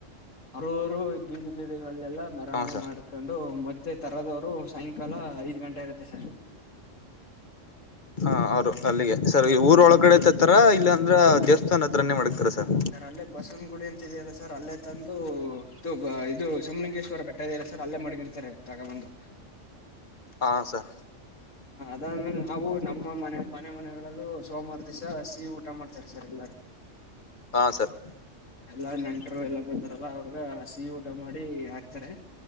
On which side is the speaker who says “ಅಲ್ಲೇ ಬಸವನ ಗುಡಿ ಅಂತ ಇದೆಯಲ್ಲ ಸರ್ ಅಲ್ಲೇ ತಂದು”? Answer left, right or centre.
Left